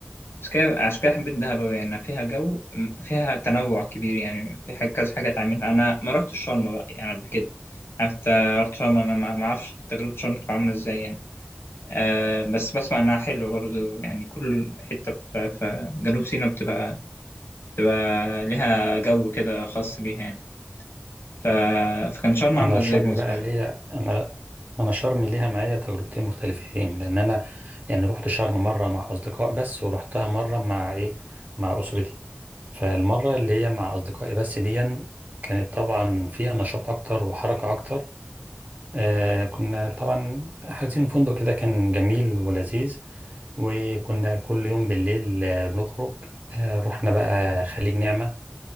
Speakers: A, on the left; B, on the right.
A: عشان كده عشان كده حبيت دهب أوي يعني فيها جو فيها تنوع كبير يعني في حاجة كذا حاجة تعملها أنا ما رحتش شرم بقى يعني قبل كده عارف أنت رحت شرم أنا ما ما أعرفش تجربة شرم تبقى عاملة إزاي يعني آه بس بسمع إنها حلوة برضه يعني كل حتة في في جنوب سيناء بتبقى تبقى ليها جو كده خاص بيها يعني ف... فكان شرم
B: انا
A: عاملة ازاي
B: شرم
A: بالنسبة
B: بقى
A: لك؟
B: ليا انا انا شرم ليها معايا تجربتين مختلفتين لان انا يعني رحت شرم مره مع اصدقاء بس ورحتها مره مع ايه مع اسرتي فالمره اللي هي مع اصدقائي بس دي كانت طبعا فيها نشاط اكتر وحركه اكتر آه كنا طبعا حاجزين فندق كده كان جميل ولذيذ وكنا كل يوم بالليل آه، بنخرج آه رحنا بقى خليج نعمه